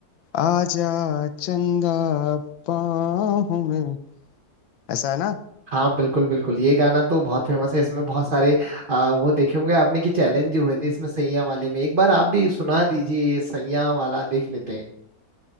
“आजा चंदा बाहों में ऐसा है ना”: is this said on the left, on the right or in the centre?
Left